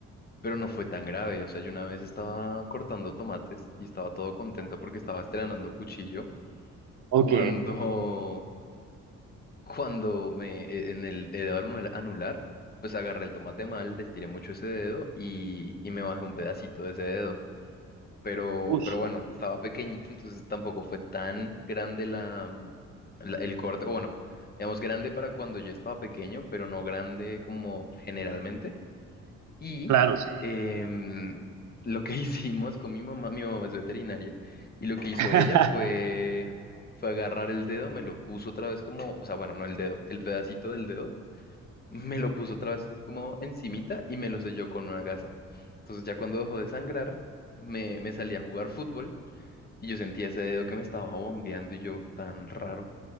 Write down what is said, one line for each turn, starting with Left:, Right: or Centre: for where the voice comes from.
Left: pero no fue tan grave. O sea, yo una vez estaba cortando tomates y estaba todo contento porque estaba estrenando cuchillo.
Right: Ok,
Left: Cuando, <laughs> cuando me, e- en el dedo anu- anular, pues agarré el tomate mal, le estiré mucho ese dedo y, y me bajé un pedacito de ese dedo pero,
Right: uff
Left: pero bueno, estaba pequeñito, entonces tampoco fue tan grande la, mm, la- el corte, o bueno, digamos grande para cuando yo estaba pequeño, pero no grande como generalmente. Y
Right: claro, sí,
Left: em, lo que <laughs> hicimos con mi mamá, mi mamá es veterinaria, y lo que hizo
Right: <laughs>
Left: ella fue, fue agarrar el dedo, me lo puso otra vez como, o sea, bueno, no el dedo, el pedacito del dedo me lo puso otra vez así como encimita y me lo selló con una gasa. Entonces ya cuando dejó de sangrar, me, me salí a jugar fútbol y yo sentía ese dedo que me estaba bombeando y yo tan raro.